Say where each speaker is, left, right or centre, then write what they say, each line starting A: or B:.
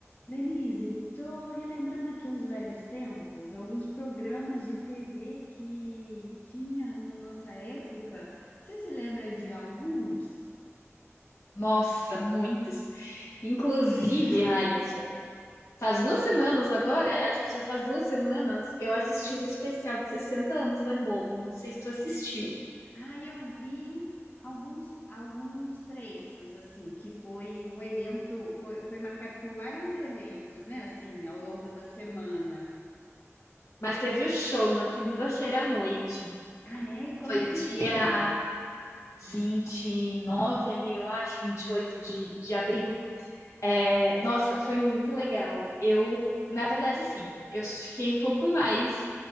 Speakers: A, on the left; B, on the left.
A: Lenise, tô relembrando aqui os velhos tempos, alguns programas de TV que tinha na nossa época. Você se lembra de alguns?
B: Nossa, muitos. Inclusive, Raiz, faz duas semanas agora, é, acho que já faz duas semanas, eu assisti o especial de 60 anos da Globo. Não sei se tu assistiu,
A: Ah, eu vi alguns, alguns trechos, assim, que foi um evento, foi, foi marcado por vários eventos, né, assim, ao longo da semana.
B: mas teve o show na segunda-feira à noite.
A: Ah, é? E como
B: Foi
A: é que
B: dia
A: foi?
B: 29, ali, eu acho, 28 de, de abril. É, nossa, foi muito legal. Eu, na verdade, assim, eu fiquei um pouco mais